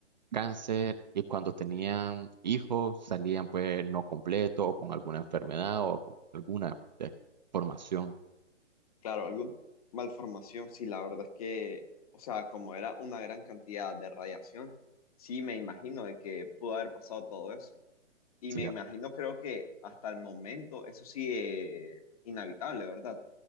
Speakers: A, on the right; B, on the left.
A: cáncer y cuando tenían hijos salían pues no completos o con alguna enfermedad o con alguna deformación.
B: Claro, alguna malformación, sí, la verdad es que, o sea, como era una gran cantidad de radiación, sí me imagino de que pudo haber pasado todo eso. Y
A: Sí,
B: me
A: a-
B: imagino, creo que hasta el momento eso sí es inhabitable, ¿verdad?